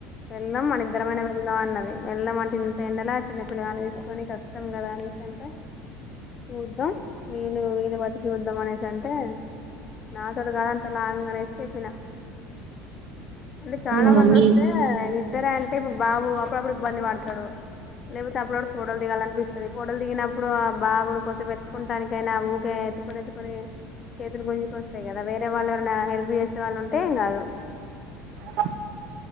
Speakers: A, on the left (about 40°); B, on the right (about 60°).
A: వెళ్ళడం మన ఇద్దరమైన వెళ్దం అన్నది వెళ్లం అంటేంత ఎండలా చిన్న పిల్లగాని తీసుకొని కష్టం ష్టం కదా అనేసి అంటే చూద్దాం వీళ్లు వీలు బతికి వద్దాం అనేసి అంటే నా తడు కానీంత లాంగ్ <unintelligible> అంటే చాలా
B: హ్మ్.
A: మంది
B: మీ
A: వస్తే ఇద్దర అంటే ఇప్పుడు బాబు అప్పుడప్పుడు ఇబ్బంది పడతాడు లేకపోతే అప్పుడు కూడా ఫోటలు దిగాాల అనిపిస్తుంది ఫోటలు దిగినప్పుడు ఆ బాబుని కోసం ఎట్టుకుంటానికైనా ఊరికే కుని చేతులు గుజుకు వస్తాయి కదా వేరే వాళ్ళ ఎ చేసే వాళ్ళు ఉంటే ఏం కాదు
B: అ